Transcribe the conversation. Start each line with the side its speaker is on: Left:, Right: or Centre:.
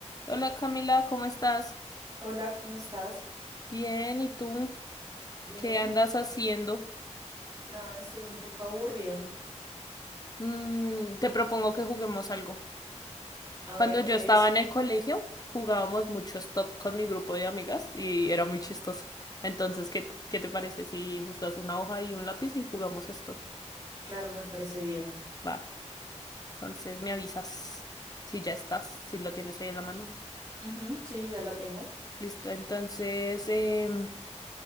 Left: Hola Camila, ¿cómo estás?
Right: Hola, ¿cómo estás?
Left: Bien, ¿y tú?
Right: Bien,
Left: ¿Qué andas haciendo?
Right: nada, estoy un poco aburrida.
Left: Mm, te propongo que juguemos algo.
Right: A
Left: Cuando
Right: ver
Left: yo
Right: qué
Left: estaba
Right: es.
Left: en el colegio, jugábamos mucho stop con mi grupo de amigas y era muy chistoso. Entonces, ¿qué, qué te parece si buscas una hoja y un lápiz y jugamos stop?
Right: Claro, me parece bien.
Left: Va, entonces me avisas si ya estás, si lo tienes ahí en la mano.
Right: Ujú, sí, ya la tengo.
Left: Listo, entonces em,